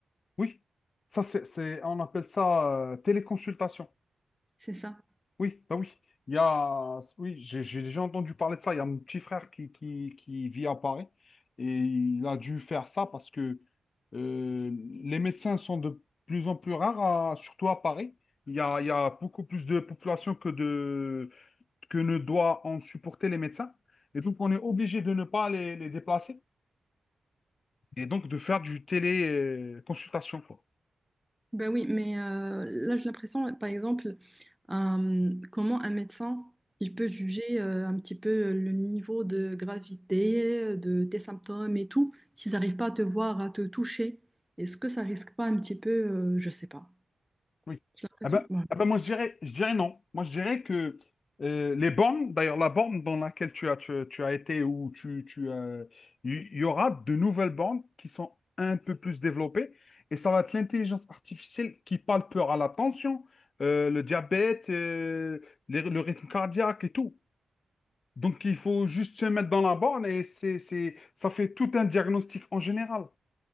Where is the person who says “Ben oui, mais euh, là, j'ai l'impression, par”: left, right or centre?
Centre